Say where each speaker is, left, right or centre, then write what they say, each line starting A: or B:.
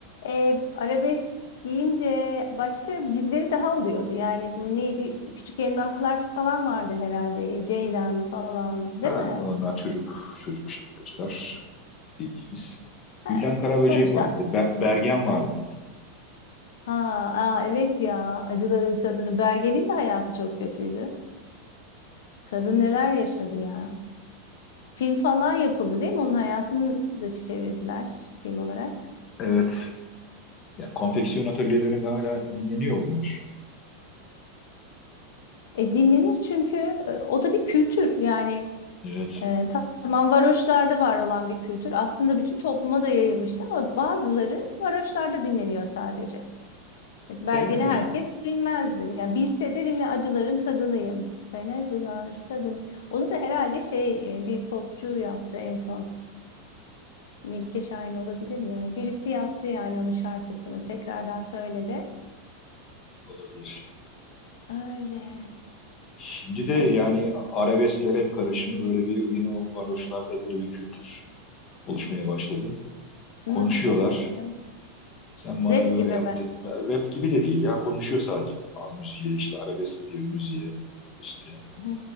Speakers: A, on the left (about 70°); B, on the left (about 25°).
A: Ee, arabesk deyince başka birileri daha oluyordu. Yani bu neydi? Küçük Emrahlar falan vardı herhalde. Ceylan falan değil
B: Ha,
A: mi?
B: onlar çocuk çocuk şarkıcılar bildiğimiz.
A: E,
B: Gülden Karaböcek
A: Sonuçta
B: vardı. Be- Bergen vardı.
A: ha, aa, evet ya Acıların Kadını Bergen'in de hayatı çok kötüydü. Kadın neler yaşadı ya. Film falan yapıldı değil mi? Onun hayatını da çevirdiler film olarak.
B: Evet. Ya, konfeksiyon atölyelerinde hala dinleniyor bunlar.
A: E, dinlenir çünkü e, o da bir kültür yani
B: Evet.
A: e, ta- tamam varoşlarda var olan bir kültür. Aslında bütün topluma da yayılmıştı ama bazıları varoşlarda dinleniyor sadece. Biz Belgeni
B: E, Evet,
A: herkes bilmezdi. Yani bilse de dili acıların kadınıyım. Ben acılar kadın. Onu da herhalde şey e, bir popçu yaptı en son. Melike Şahin olabilir mi? Birisi yaptı yani onun şarkısını. Tekrardan söyledi.
B: olabilir.
A: Öyle.
B: Şimdi de yani
A: Baş...
B: arabeskle rap karışımı böyle bir yine o varoşlarda böyle bir kültür oluşmaya başladı.
A: Nasıl
B: Konuşuyorlar.
A: bir şey mesela?
B: Sen bana
A: Rap
B: böyle
A: gibi
B: yaptın.
A: mi?
B: Rap gibi de değil ya. Konuşuyor sadece. Abi müziğe işte arabesk bir müziğe üstüne.
A: Hı.